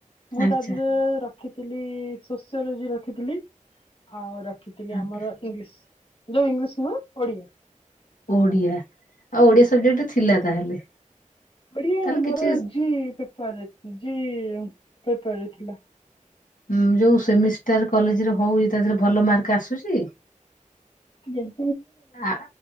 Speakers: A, on the left; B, on the left.
A: ମୁଁ
B: ଆଚ୍ଛା
A: ତା ଦେହରେ ରଖିଥିଲି ସୋସିଓଲୋଜି ରଖିଥିଲି ଆଉ ରଖି ଥିଲି
B: ଆଜ୍ଞା
A: ଆମର ଇଂଲିଶ ଯୋଉ ଇଂଲିଶ ନୁହଁ ଓଡିଆ।
B: ଓଡିଆ ଆଉ ଓଡିଆ ସବଜେକ୍ଟ ଥିଲା ତାହେଲେ।
A: ଓଡିଆ
B: ତାହେଲେ
A: ଆମର
B: କିଛି
A: ଜି ପେପରରେ ଜି ପେପରରେ ଥିଲା।
B: ଉ ଯୋଉ ସେମିଷ୍ଟାର କଲେଜରେ ହଉ ଇ ତା ଦେହରେ ଭଲ ମାର୍କ ଆସୁଛି।
A: <unintelligible>
B: ଆ